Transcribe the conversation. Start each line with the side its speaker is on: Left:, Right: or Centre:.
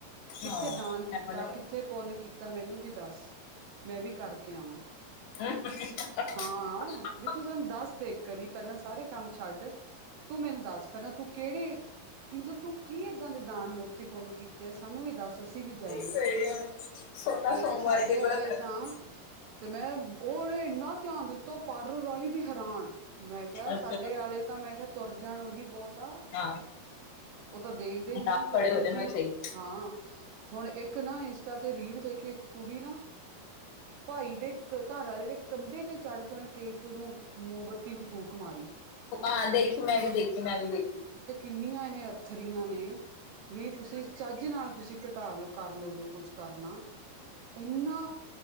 Right: ਕਿੱਥੇ
Left: ਹਾਂ
Right: ਦਾਨ ਕੀਤਾ
Left: ਇਹੋ ਜਿਹਾ
Right: ਕਿੱਥੇ ਪੁੰਨ ਕੀਤਾ ਮੈਨੂੰ ਵੀ ਦੱਸ ਮੈਂ ਵੀ ਕਰਕੇ ਆਵਾਂ।
Left: <unintelligible>
Right: ਹਾਂ ਵੀ ਤੂੰ ਸਾਨੂੰ ਦੱਸ ਦੇ ਏਕ ਵਾਰੀ ਕਰੀ ਪਹਿਲਾਂ ਸਾਰੇ ਕੰਮ ਛੱਡ ਤੂੰ ਮੈਨੂੰ ਦੱਸ ਪਹਿਲਾਂ ਤੂੰ ਕੇਹੜੇ ਮਤਲਬ ਤੂੰ ਕੀ ਏਦਾਂ ਦੇ ਦਾਨ ਮੋਤੀ ਪੁੰਨ ਕੀਤੇ ਸਾਨੂੰ ਵੀ ਦੱਸ ਅਸੀਂ ਵੀ ਜਾਈਏ
Left: ਸਹੀ ਸੋਲਾਂ
Right: ਮੈਂ
Left: ਸੋਮਵਾਰ
Right: ਕਿਹਾ ਸਾਡੇ
Left: ਕੇ ਵਰਤ
Right: ਆਲੇ
Left: ਰੱਖਦੇ
Right: ਤਾਂ ਤੇ ਮੈਂ <unintelligible> ਇੰਨਾ ਧਿਆਨ ਦਿੱਤਾ ਓਹ ਪਾਰਲਰ ਵਾਲੀ ਵੀ ਹੈਰਾਨ। ਮੈਂ ਕਿਹਾ ਸਾਡੇ
Left: ਅੱਛਾ
Right: ਆਲੇ ਤਾਂ ਮੈਂ ਕਿਹਾ ਤੁਰ ਜਾਣ ਓਹੀ ਬਹੁਤ। <unintelligible>
Left: ਹਾਂ
Right: ਤਾਂ ਵੇਖਦੇ
Left: ਨਾਲ
Right: ਵੀ ਨੀ ਫੇਰ
Left: ਖੜੇ
Right: ਦੂਜੀ
Left: ਹੋ ਜਾਣ ਉਹੀ ਸਹੀ
Right: ਹਾਂ। ਹੁਣ ਇੱਕ ਨਾ ਇੰਸਟਾ ਤੇ ਰੀਲ ਵੇਖੀ ਇੱਕ ਕੁੜੀ ਨਾ ਭਾਈ ਦੇ ਘਰ ਵਾਲੇ ਦੇ ਕੰਧੇ ਤੇ ਚੜ੍ਹ ਕੇ ਉਹਨੇ ਕੇਕ ਨੂੰ ਮੋਮਬੱਤੀ ਨੂੰ ਫੂਕ ਮਾਰੀ।
Left: ਹਾਂ ਦੇਖ ਮੈਂ ਵੀ ਦੇਖੀ ਮੈਂ ਵੀ ਦੇਖੀ।
Right: ਇੰਨੀਆਂ ਇਹ ਅੱਥਰੀਆਂ ਨੇ ਵੀ ਤੁਸੀਂ ਚੱਜ ਨਾਲ ਤੁਸੀਂ ਘਟਾ ਲੋੋ ਕਰ ਲੋ ਜੋ ਕੁੱਝ ਕਰਨਾ ਇੰਨਾ